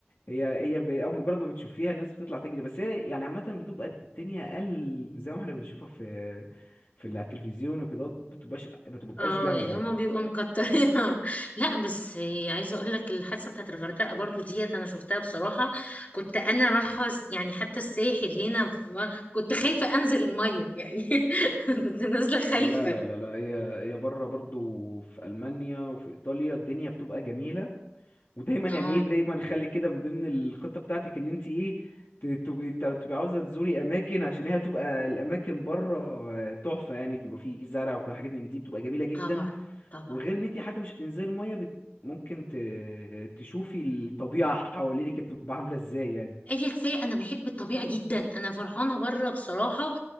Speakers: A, on the left (about 55°); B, on the left (about 40°).
A: هي هي ب... أول مجرد ما بتشوفيها الناس بتطلع تجري بس هي يعني عامة بتبقى الدنيا اقل زي ما احنا بنشوفها في في ال- على التلفزيون وكده بتبقاش بتبقاش
B: اه
A: جامدة
B: يعني
A: يعني
B: هما بيبقوا مكترينها <laughs> لا بس عايزه اقول لك الحادثه بتاعت الغردقه برضو ديت انا شفتها بصراحه كنت انا رايحه س- يعني حتى الساحل هنا في- كنت خايفه انزل الميه يعني <laughs> كنت نازله خايفه
A: لا لا لا لا هي هي بره برضو في ألمانيا وفي إيطاليا الدنيا بتبقى جميلة ودايما
B: اه
A: يعني ايه دايما خلي كده من ضمن الخطه بتاعتك ان انت ايه ت- تبقي ت- تبقي عاوزه تزوري اماكن عشان هي هتبقى الاماكن بره تحفه يعني بيبقى فيه زرع وكده حاجات من دي بتبقى جميله جدا
B: طبعا طبعا
A: وغير ان انت حتى مش هتنزلي الميه بت... ممكن ت... تشوفي الطبيعه حواليك بتبقى عامله ازاي يعني
B: اي كفايه انا بحب الطبيعه جدا انا فرحانه بره بصراحه